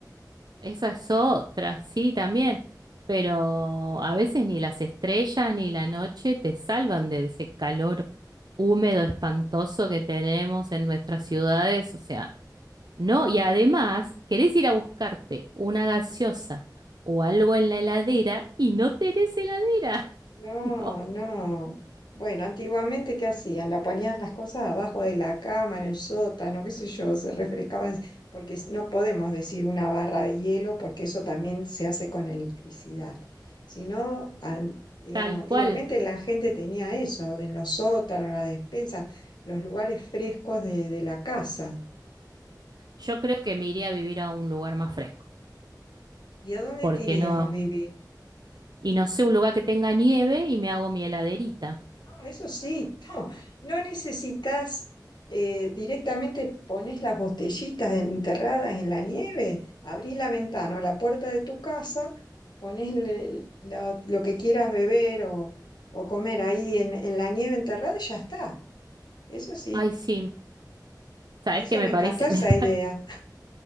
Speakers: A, on the right (about 70°); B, on the left (about 80°).
A: esa es otra, sí, también. Pero a veces ni las estrellas ni la noche te salvan de ese calor húmedo espantoso que tenemos en nuestras ciudades, o sea. No, y además, querés ir a buscarte una gaseosa o algo en la heladera y no tenés heladera.
B: No,
A: <laughs> No,
B: no. Bueno, antiguamente, ¿qué hacían? La ponían las cosas abajo de la cama, en el sótano, qué sé yo, se refrescaban, porque no podemos decir una barra de hielo, porque eso también se hace con electricidad. Sino, an- digamos,
A: tal
B: antiguamente
A: cual.
B: la gente tenía eso, en los sótanos, las despensas, los lugares frescos de, de la casa.
A: Yo creo que me iría a vivir a un lugar más fresco.
B: ¿Y a dónde
A: porque
B: te irías
A: no?
B: a vivir?
A: Y no sé, un lugar que tenga nieve y me hago mi heladerita.
B: Eso sí, no, no necesitas eh, directamente pones las botellitas enterradas en la nieve, abrís la ventana o la puerta de tu casa, pones el- lo, lo que quieras beber o, o comer ahí en, en la nieve enterrada y ya está. Eso sí,
A: Ay, sí. ¿Sabes
B: eso
A: qué me
B: me encantó
A: parece?
B: esa
A: <laughs> Me, pa-
B: idea.